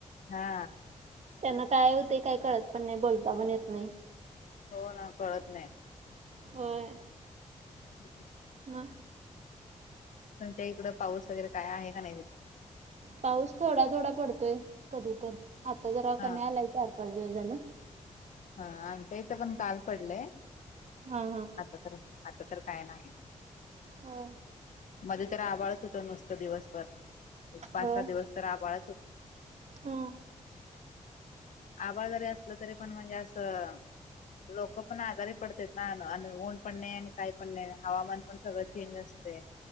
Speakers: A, on the left; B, on the right.
A: हा
B: त्यांना काय होते काय कळत पण नाही बोलता पण येत नाही
A: हो ना कळत नाही
B: होय
A: हम
B: म
A: तुमच्या इकड पाऊस वगैरे काय आहे का नाही तिथून
B: पाऊस थोडा थोडा पडतोय कधी तर आता जरा
A: हा.
B: कमी आलाय तर पाच दिवज ना
A: हा आणि त्या इथं पण काल पडलंय
B: हा हा
A: आता तर आता तर काय नाही
B: हो
A: मध्ये तर आवाळच होत नुसतं दिवसभर एक पाच
B: होय.
A: सहा दिवस तर आ बाळच होतो
B: हा.
A: आवाड जरी असलं तरी पण म्हणजे लोक पण आजारी पडत ना आणि ऊन पण नाही आणि काही पण हवामान पण सगळं चेंज असते